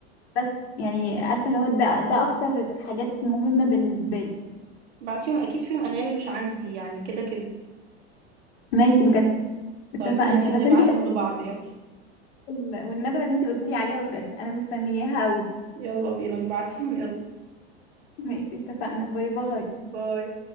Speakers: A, on the left; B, on the right.
A: بس يعني عارفه اللي هو ده ده اكتر حاجات مهمه بالنسبه لي
B: بعتيهم اكيد فيهم اغاني مش عندي يعني كده كده
A: ماشي بجد اتفقنا
B: طيب تعالي يعني
A: بس
B: نبعتهم
A: انتي
B: لبعض يلا
A: ال- والنبره اللي انتي قلتي لي عليها بجد انا مستنياها قوي
B: يلا بينا نبعتهم <laughs> يلا
A: ماشي اتفقنا باي باي
B: باي